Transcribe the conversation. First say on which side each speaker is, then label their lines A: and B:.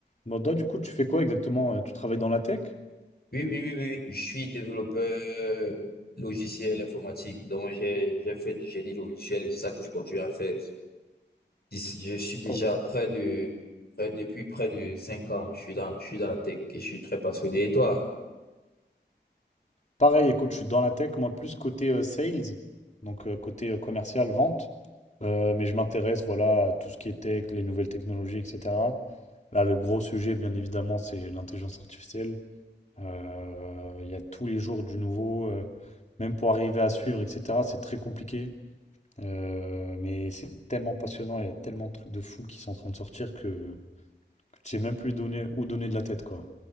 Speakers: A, on the left; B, on the left.
A: Bon, du coup, tu fais quoi exactement? Euh, Tu travailles dans la tech?
B: Oui, oui, oui, oui, oui. je suis développeur euh, logiciel informatique, donc j'ai j'ai fait du génie logiciel et c'est ça que je continue à faire. D'ici- Je suis déjà
A: Ok.
B: près de, près- depuis près de cinq ans, je suis dans, je suis dans la tech et je suis très passionné. Et toi?
A: Pareil, écoute, je suis dans la tech, moi, plus côté euh, sales, donc euh, côté euh, commercial, vente. Euh, mais je m'intéresse, voilà, à tout ce qui est tech, les nouvelles technologies, etc. Là, le gros sujet, bien évidemment, c'est l'intelligence artificielle. Euh, Il y a tous les jours du nouveau, euh, même pour arriver à suivre, etc. C'est très compliqué. Euh, mais c'est tellement passionnant, il y a tellement de trucs de fou qui sont en train de sortir que, que tu sais même plus donner, où donner de la tête, quoi.